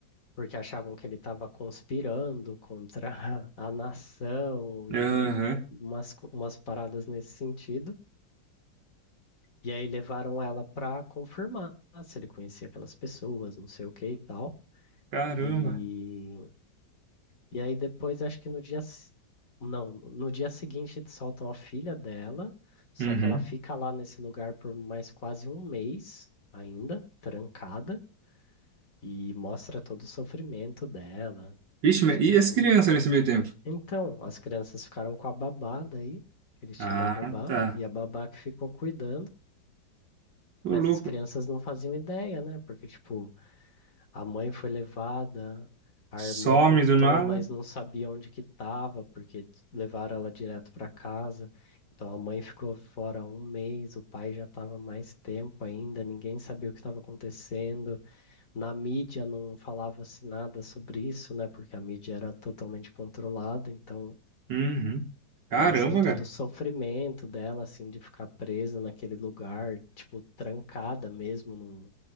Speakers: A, on the left; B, on the right.
A: porque achavam que ele estava conspirando contra <laughs> a nação e
B: Aham.
A: n- umas, co- umas paradas nesse sentido. E aí levaram ela para confirmar se ele conhecia aquelas pessoas, não sei o que e tal.
B: Caramba.
A: E, e aí depois, acho que no dia. s- Não, no dia seguinte eles soltam a filha dela, só
B: Uhum.
A: que ela fica lá nesse lugar por mais quase um mês ainda, trancada. E mostra todo o sofrimento dela.
B: Vixe, mas-
A: Tipo,
B: e as crianças nesse meio tempo?
A: então, as crianças ficaram com a babá daí, que eles
B: Ah,
A: tinham uma babá,
B: tá.
A: e a babá que ficou cuidando,
B: Ô,
A: mas
B: louco.
A: as crianças não faziam ideia, né? Porque, tipo, a mãe foi levada, a
B: Some
A: irmã voltou,
B: do nada.
A: mas não sabia onde que tava, porque levaram ela direto para casa. Então a mãe ficou fora um mês, o pai já estava mais tempo ainda, ninguém sabia o que estava acontecendo. Na mídia não falava-se nada sobre isso, né? Porque a mídia era totalmente controlada, então
B: Uhum. Caramba,
A: mostra todo
B: cara.
A: o sofrimento dela, assim, de ficar presa naquele lugar, tipo, trancada mesmo, num-